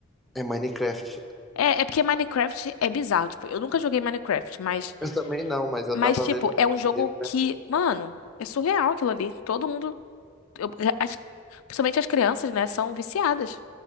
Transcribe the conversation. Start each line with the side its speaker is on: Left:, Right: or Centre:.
Centre: É Minecraft.
Left: É, é porque Minecraft é bizarro. Tipo, eu nunca joguei Minecraft, mas,
Centre: Eu também não, mas eu
Left: mas,
Centre: tava
Left: tipo,
Centre: lendo
Left: é
Centre: esse
Left: um jogo
Centre: dia.
Left: que, mano, é surreal aquilo ali. Todo mundo, eu- as- principalmente as crianças, né, são viciadas.